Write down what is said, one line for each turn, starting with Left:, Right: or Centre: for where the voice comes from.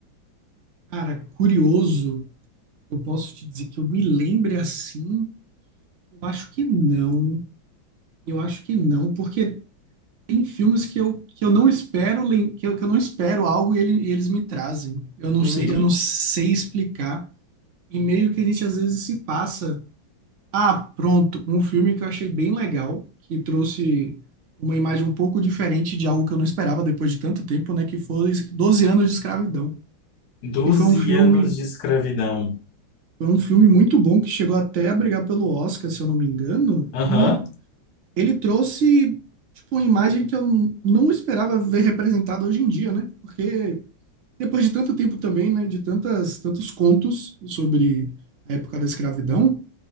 Right: Cara, curioso, eu posso te dizer que eu me lembre assim? Eu acho que não. Eu acho que não, porque tem filmes que eu, que eu não espero, lem- que eu, que eu não espero algo e, ele- e eles me trazem. Eu não
Left: Uhum.
Right: sei, eu não sei explicar. E meio que a gente às vezes se passa Ah, pronto. Um filme que eu achei bem legal, que trouxe uma imagem um pouco diferente de algo que eu não esperava depois de tanto tempo, né? Que foi doze anos de escravidão.
Left: 12
Right: e foi um filme,
Left: anos de escravidão.
Right: foi um filme muito bom que chegou até a brigar pelo Oscar, se eu não me engano,
Left: Aham.
Right: e ele trouxe tipo uma imagem que eu n- não esperava ver representada hoje em dia, né? Porque depois de tanto tempo também, né, de tantas tantos contos sobre a época da escravidão,